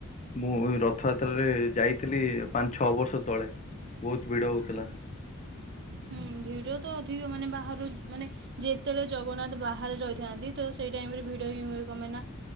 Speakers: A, on the left; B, on the right.
A: ମୁଁ ରଥଯାତ୍ରାରେ ଯାଇଥିଲି। ପାଞ୍ଚ ଛ ବର୍ଷ ତଳେ। ବହୁତ ଭିଡ ହଉଥିଲା।
B: ହୁଁ ଭିଡ ତ ଅଧିକ ମାନେ ବାହାରୁ ମାନେ ଯେତେବେଳେ ଜଗନ୍ନାଥ ବାହାରେ ରହିଥାନ୍ତି। ତ ସେଇ ଟାଇମ ରେ ଭିଡ ହିଁ ହୁଏ। କପାଇଁନା